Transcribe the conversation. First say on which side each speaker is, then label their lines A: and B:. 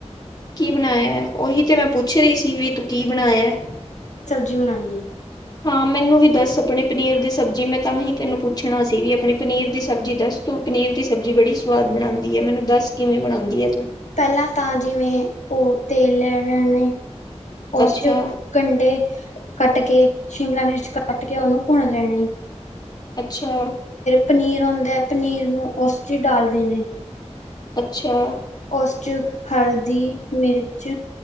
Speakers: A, on the left (about 35°); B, on the left (about 90°).
A: ਕੀ ਬਣਾਇਆ? ਉਹੀ ਤੇ ਮੈਂ ਪੁੱਛ ਰਹੀ ਸੀ, ਵੀ ਤੂੰ ਕੀ ਬਣਾਇਆ?
B: ਭੁਜੀ ਬਣਾਈ ਐ,
A: ਹਾਂ ਮੈਨੂੰ ਵੀ ਦੱਸ ਆਪਣੇ ਪਨੀਰ ਦੀ ਸਬਜ਼ੀ ਮੈਂ ਤਾਂ ਹੀ ਤੈਨੂੰ ਪੁੱਛਣਾ ਸੀ ਵੀ ਆਪਣੇ ਪਨੀਰ ਦੀ ਸਬਜ਼ੀ ਦਸ ਤੂੰ ਪਨੀਰ ਦੀ ਸਬਜ਼ੀ ਬੜੀ ਸੁਵਾਦ ਬਣਾਦੀ ਹੈ ਮੈਨੂੰ ਦੱਸ ਕਿਵੇਂ ਬਣਾਦੀ ਹੈ ਤੂੰ।
B: ਪਹਿਲਾਂ ਤਾਂ ਜਿਵੇਂ ਉਹ ਤੇਲ ਲੈ ਲੈਣਾ ਨੇ, ਉਸ
A: ਅੱਛਾ
B: ਚੋ ਕੰੰਡੇ ਕੱਟ ਕੇ ਸ਼ਿਮਲਾ ਮਿਰਚ, ਕੱਟ ਕੇ ਉਹਨੂੰ ਭੁੰਨ ਲੈਣਾ ਈ।
A: ਛਾ।
B: ਪਨੀਰ ਹੁੰਦਾ ਹੈ, ਪਨੀਰ ਨੂੰ ਉਸ ਚ ਹੀ ਡਾਲ ਦੇਣੇ।
A: ਅੱਛਾ।
B: ਉਸ ਚ ਹਲਦੀ, ਮਿਰਚ,